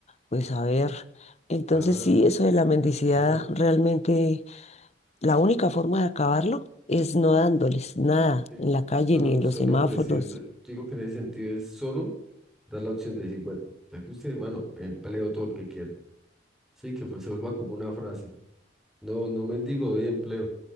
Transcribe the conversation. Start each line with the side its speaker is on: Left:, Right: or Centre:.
Left: pues a ver. Entonces
Centre: claro.
Left: sí, eso de la mendicidad
Centre: Eso,
Left: realmente, la única forma de acabarlo es no dándoles nada
Centre: sí.
Left: en la calle
Centre: Solo,
Left: ni en
Centre: solo
Left: los semáforos
Centre: ofreciendo, yo digo que en ese sentido es solo dar la opción de decir, bueno, ya que usted, mano, empleo todo el que quiera. Sí, que fue- se vuelva como una frase. No, no mendigo, doy empleo.